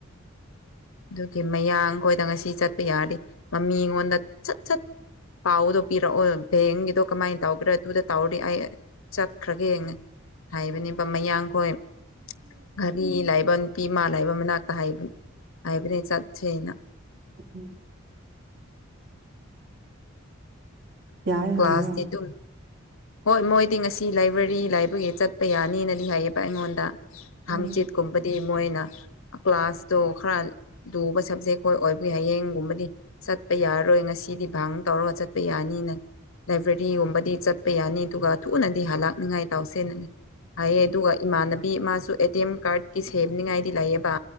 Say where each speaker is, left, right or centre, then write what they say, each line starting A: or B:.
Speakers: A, on the left; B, on the right.
A: ꯑꯗꯨꯒꯤ ꯃꯌꯥꯡꯈꯣꯏꯗ ꯉꯁꯤ ꯆꯠꯄ ꯌꯥꯔꯗꯤ ꯃꯤꯉꯣꯟꯗ ꯁꯠ ꯆꯠ ꯄꯥꯎꯗꯣ ꯄꯤꯔꯛꯑꯣ ꯕꯦꯡꯒꯤꯗꯣ ꯀꯃꯥꯏꯅ ꯇꯧꯒ꯭ꯔꯥ ꯑꯗꯨꯗ ꯇꯧꯔꯤ ꯑꯩ ꯆꯠꯈ꯭ꯔꯒꯦ ꯍꯥꯏꯕꯅꯦꯕ ꯃꯌꯥꯡꯈꯣꯏ ꯘꯔꯤ ꯂꯩꯕ ꯅꯨꯄꯤ ꯏꯃꯥ ꯂꯩꯕ ꯃꯅꯥꯛꯇ ꯍꯥꯏꯕꯅꯤ ꯍꯥꯏꯕꯅꯦ ꯆꯠꯁꯦꯅ
B: ꯎꯝ ꯌꯥꯏ
A: ꯀ꯭ꯂꯥꯁꯇꯤ
B: ꯍꯥꯏꯕ꯭ꯔꯣ
A: ꯗꯨꯝ ꯍꯣꯏ ꯃꯣꯏꯗꯤ ꯉꯁꯤ ꯂꯥꯏꯕ꯭ꯔꯦꯔꯤ ꯂꯩꯕꯒꯤ ꯆꯠꯄ ꯌꯥꯅꯤꯅꯗꯤ ꯍꯥꯏꯌꯦꯕ ꯑꯩꯉꯣꯟꯗ ꯍꯥꯡꯆꯤꯠꯀꯨꯝꯕꯗꯤ
B: ꯎꯝ
A: ꯃꯣꯏꯅ ꯀ꯭ꯂꯥꯁꯇꯣ ꯈꯔ ꯂꯨꯕ ꯁꯕꯖꯦꯛ ꯑꯣꯏꯕꯅꯤꯅ ꯍꯌꯦꯡꯒꯨꯝꯕꯗꯤ ꯆꯠꯄ ꯌꯥꯔꯔꯣꯏ ꯉꯁꯤꯗꯤ ꯚꯥꯡ ꯇꯧꯔꯒ ꯆꯠꯄ ꯌꯥꯅꯤꯅ ꯂꯥꯏꯕ꯭ꯔꯦꯔꯤꯒꯨꯝꯕꯗꯤ ꯆꯠꯄ ꯌꯥꯅꯤ ꯑꯗꯨꯒ ꯊꯨꯅꯗꯤ ꯍꯜꯂꯛꯛꯅꯤꯉꯥꯏ ꯇꯧꯁꯦꯅꯅꯤ ꯍꯥꯏꯌꯦ ꯑꯗꯨꯒ ꯏꯃꯥꯟꯅꯕꯤ ꯃꯥꯁꯨ ꯑꯦ ꯇꯤ ꯑꯦꯝ ꯀꯥꯔꯗꯀꯤ ꯁꯦꯝꯕꯅꯤꯉꯥꯏꯗꯤ ꯂꯩꯑꯦꯕ